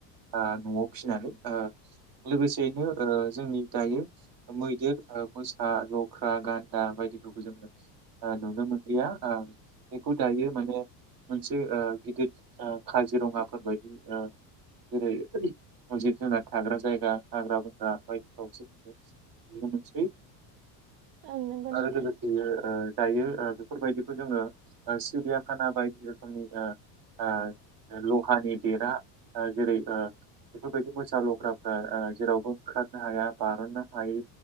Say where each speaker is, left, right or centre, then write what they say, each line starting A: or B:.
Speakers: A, on the right; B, on the right.
A: ओ न'आव फिसिनानै ओ लोगोसेयैनो ओ जोंनि दायो मैदेर ओ मोस हा लख्रा गान्दा बायदिफोरखौ जोङो ओ नुनो मोनलिया ओ बेखौ दायो माने मोनसे ओ गिदिर काजिरङाफोरबायायदि ओ जेरै जिब जुनार थाग्रा जायगा हाग्राबंग्रा बायदिआवसो जोङो नुनो मोनसै।
B: ओं नंगौ
A: आरो
B: नोंथां
A: लोगोसेयो ओ दायो ओ बेफोरबायदिखौ जोङो ओ सिरियाखाना बायदि रोखोमनि ओ ओ लहानि बेरा ओ जेरै ओ बेफोरबायदि मोसा लख्राफ्रा जेरावबो खारनो हाया बार'ननो हायै